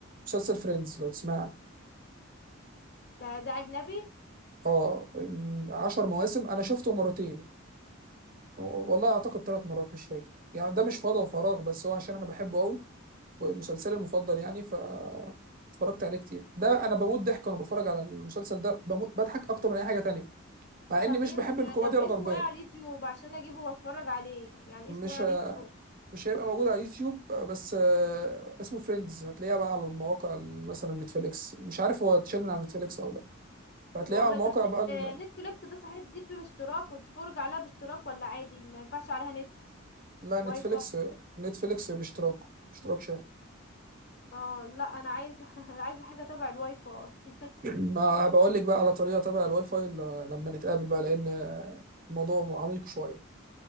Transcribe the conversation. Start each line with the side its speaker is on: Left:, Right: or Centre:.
Right: مسلسل فريندز لو تسمع عنه.
Left: ك- ده أجنبي
Right: اه م، عشر مواسم انا شفته مرتين والله اعتقد ثلاث مرات مش فاكر يعني ده مش فضا وفراغ بس هو عشان انا بحبه قوي مسلسلي المفضل يعني ف اتفرجت عليه كتير ده انا بموت ضحك وانا بتفرج على المسلسل ده بموت بضحك اكتر من اي حاجه تانية مع
Left: طب
Right: اني مش
Left: بينزل
Right: بحب الكوميديا
Left: طب
Right: الغربيه
Left: اسمه إيه على اليوتيوب عشان أجيبه وأتفرج عليه يعني
Right: مش
Left: اسمه إيه على
Right: ه-
Left: اليوتيوب
Right: مش هيبقى موجود على اليوتيوب آه، بس آه، اسمه فريندز هتلاقيها بقى على المواقع ال- مثلا نتفليكس مش عارف هو اتشال من على نتفليكس او لا فهتلاقيها
Left: والله
Right: على المواقع
Left: طب نت...
Right: بقى ال...
Left: آه، نتفليكس ده صحيح دي باشتراك وتتفرج عليها باشتراك ولا عادي ما ينفعش عليها نت
Right: لا نتفليكس
Left: واي فاي
Right: نتفليكس باشتراك اشتراك شهري
Left: اه لا انا عايزه <laughs> انا عايزه حاجه تبع الواي فاي <laughs>
Right: ما بقول لك بقى على طريقه تبع الواي فاي ل- لما نتقابل بقى لان الموضوع عميق شويه